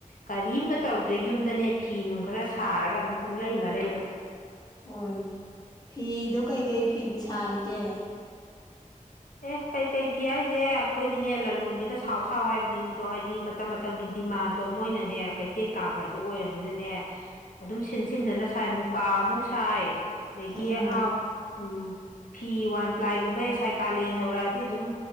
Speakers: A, on the left; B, on the left.
A: ꯀꯔꯤꯝꯒ ꯇꯧꯗ꯭ꯔꯦ ꯌꯨꯝꯗꯅꯦ ꯐꯤ ꯅꯨꯡ ꯈꯔ ꯁꯥꯔꯒ ꯑꯗꯨꯝ ꯄꯨꯡꯂꯩ ꯃꯔꯩꯔꯦ
B: ꯍꯣꯏꯅꯦ ꯐꯤꯗꯣ ꯀꯩꯀꯩ ꯐꯤꯕꯨ ꯁꯥꯔꯤꯒꯦ
A: ꯑꯦ ꯀꯩꯀꯩ ꯐꯤ ꯍꯥꯏꯖꯦ ꯑꯩꯈꯣꯏꯗꯤꯅꯦ ꯂꯂꯣꯟꯕꯤꯅ ꯁꯥꯎ ꯁꯥꯎ ꯍꯥꯏꯕꯗꯨꯅꯤꯗꯣ ꯍꯥꯏꯗꯤ ꯃꯇꯝ ꯃꯇꯝꯒꯤ ꯗꯤꯃꯥꯟ ꯗꯣ ꯃꯣꯏꯅꯅꯦ ꯀꯩꯊꯦꯟ ꯀꯥꯕ ꯍꯥꯏꯗꯣ ꯑꯣꯏꯔꯝꯅꯤꯅꯅꯦ ꯑꯗꯨꯝ ꯁꯤꯟꯁꯤꯟꯗꯅ ꯁꯥꯏ ꯃꯨꯀꯥ ꯑꯃꯨꯛ ꯁꯥꯏ ꯗꯒꯤ
B: ꯎꯝ
A: ꯑꯥ ꯎꯝ ꯐꯤ ꯋꯥꯟ ꯄ꯭ꯂꯥꯏꯒꯨꯝꯕ ꯍꯦꯛ ꯁꯥꯏ ꯀꯥꯂꯦꯟ ꯌꯧꯔꯛꯑꯗꯤ ꯑꯗꯨꯝ